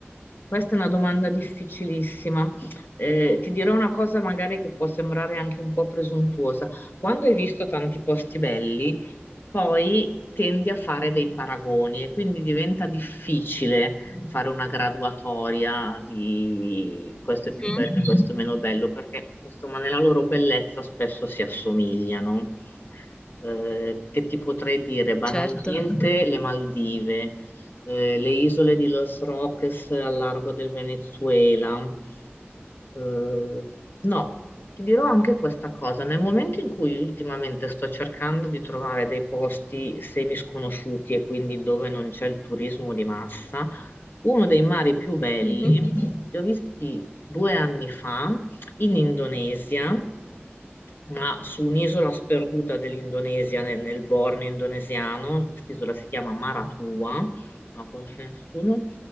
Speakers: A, on the left; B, on the left.
A: Questa è una domanda difficilissima. Eh, ti dirò una cosa magari che può sembrare anche un po' presuntuosa. Quando hai visto tanti posti belli, poi tendi a fare dei paragoni e quindi diventa difficile fare una graduatoria di questo
B: Mhm.
A: è più bello e questo è meno bello, perché insomma nella loro bellezza spesso si assomigliano. Eh, che ti potrei dire? Banalmente
B: Certo.
A: le Maldive. eh, le isole di Los Roques al largo del Venezuela. Eh, no, ti dirò anche questa cosa. Nel momento in cui ultimamente sto cercando di trovare dei posti semisconosciuti e quindi dove non c'è il turismo di massa, uno dei mari più belli,
B: Mhm.
A: li ho visti due anni fa in Indonesia ma su un'isola sperduta dell'Indonesia, nel, nel Borneo indonesiano, quest'isola si chiama Maratua, non la conosce nessuno,